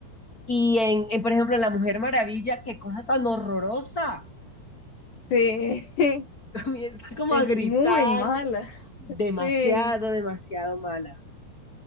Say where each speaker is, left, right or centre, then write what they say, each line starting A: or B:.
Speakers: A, on the left (about 20°); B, on the left (about 70°).
A: Y en, en, por ejemplo, en La Mujer Maravilla, qué cosa tan horrorosa.
B: sí, <laughs>
A: <laughs> Comienza como
B: es
A: a gritar,
B: muy mala.
A: demasiado,
B: Sí,
A: demasiado mala.